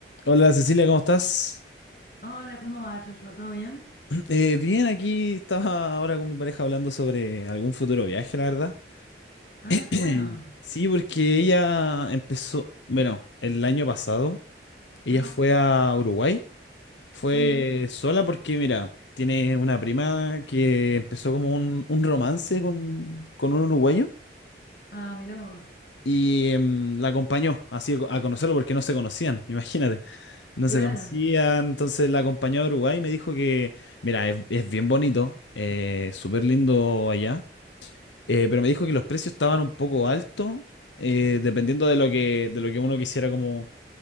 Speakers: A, on the left; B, on the left.
A: Hola Cecilia, ¿cómo estás?
B: Hola, ¿cómo va, Joshua? ¿Todo bien?
A: <clears throat> Eh, bien, aquí estaba ahora con mi pareja hablando sobre algún futuro viaje, la verdad.
B: Ah,
A: <clears throat>
B: qué bueno.
A: Sí, porque ella empezó, bueno, el año pasado, ella
B: Ajá.
A: fue a Uruguay, fue
B: Sí,
A: sola porque, mira, tiene una prima que empezó como un, un romance con, con un uruguayo
B: Ah, mira vos.
A: y em, la acompañó así a conocerlo porque no se conocían, <laughs> imagínate. No
B: Claro.
A: se conocían, entonces la acompañé a Uruguay y me dijo que, mira, es, es bien bonito, eh, súper lindo allá, eh, pero me dijo que los precios estaban un poco altos, eh, dependiendo de lo que, de lo que uno quisiera como,